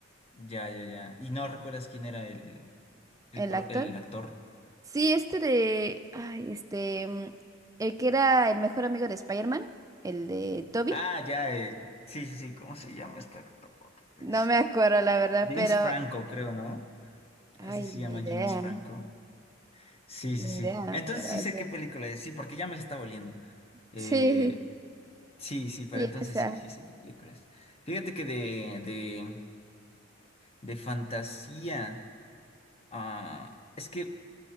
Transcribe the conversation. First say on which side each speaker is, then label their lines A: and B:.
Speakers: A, on the left (about 30°); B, on the right (about 15°).
A: Ya, ya, ya. ¿Y no recuerdas quién era el,
B: <laughs>
A: el,
B: El
A: pro-
B: actor.
A: el actor?
B: Sí, este de. Ay, este. mm, El que era el mejor amigo de Spider-Man, el de Toby.
A: Ah, ya, eh, Sí, sí, sí, ¿cómo se llama este actor? Es
B: No me
A: este-
B: acuerdo, la verdad,
A: James
B: pero.
A: Franco, creo, ¿no? Así
B: Ay,
A: se llama
B: ni idea.
A: James Franco. Sí,
B: Ni
A: sí, sí.
B: idea,
A: Entonces
B: pero
A: sí sé
B: sí.
A: qué película es, sí, porque ya me la está oliendo. Eh,
B: Sí,
A: sí, sí, pero
B: sí,
A: entonces
B: esa.
A: sí, sí sé qué película es. Fíjate que de, de De fantasía. Ah, es que